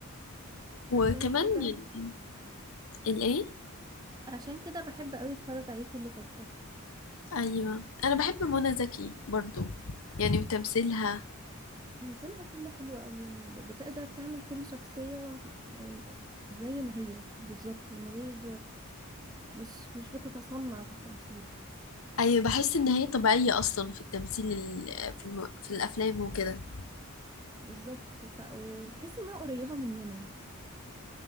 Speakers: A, on the left; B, on the right.
A: وكمان
B: فعشان كده
A: يعني الايه
B: عشان كده بحب قوي اتفرج عليه كل فترة
A: ايوه انا بحب منى زكي برضو يعني وتمثيلها
B: تمثيلها كله حلو قوي يعني ب- بتقدر تعمل كل شخصية يعني زي ما هي بالظبط من غير مش مش بتتصنع في التمثيل
A: ايوه بحس ان هي طبيعيه اصلا في التمثيل ال- في الم... في الافلام وكده
B: بالظبط ف... وتحسي انها قريبة مننا